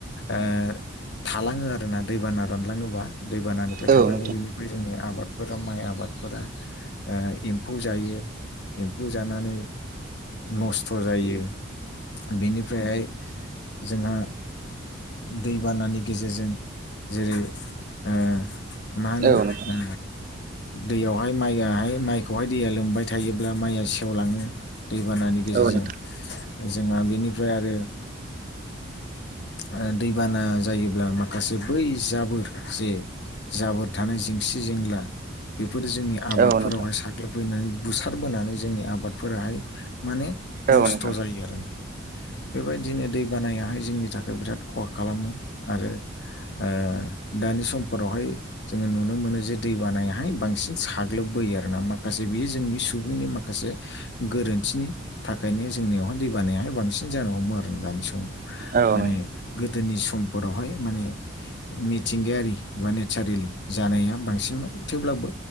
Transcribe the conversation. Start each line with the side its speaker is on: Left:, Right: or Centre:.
Left: ओ-थालाङो आरोना दैबाना रानलाङोबा। दैबानानिफ्राय
Right: औ नोंथां औ
Left: थालाङो
Right: नोंथां औ नोंथां औ
Left: बेनिफ्राय जोंनि आबाद। फोराव माइ आबादफोरा आ एम्फौ जायो एम्फौ जानानै। नस्थ जायो बेनिफ्रायहाय जोंहा। दैबानानि गेजेरजों जेरै। ओ
Right: नोंथां
Left: मा होनो ओ दैयावहाय माइआहाय माइखौहाय दैया लोमबाय थायोब्ला माइया सेवलाङो। दैबानानि गेजेरजों
Right: औ नोंथां
Left: जोंहा बेनिफ्राय आरो ओ ओ दैबाना जायोब्ला माखासे बै जाबोर जे जाबोर थानाय जेंसि जेंला। बेफोरो जोंनि आबादफोरावहाय
Right: औ नोंथां औ नोंथां
Left: साग्लोबहैनानै बुसारबोनानै जोंनि आबादफोराहाय। माने
Right: औ
Left: नस्थ
Right: नोंथां
Left: जायो आरोना। बेबायदिनो दै बानायाहाय जोंनि थाखाय बिराद खहा खालामो आरो। ओ-दानि समफोरावहाय। जोङो नुनो मोनो जे दैबानायाहाय बांसिन साग्लोबबोयो आरोना माखासे बियो जोंनि सुबुंनि माखासे। गोरोन्थिनि थाखायनो जोंनियावहाय दै बानायाहाय बांसिन जानो हमो आरो दानि समाव।
Right: औ
Left: माने
Right: नोंथां औ नोंथां
Left: गोदोनि समफोरावहाय माने मि थिंगायारि बा नेचारेलि जानाया बांसिनमोन थेवब्लाबो।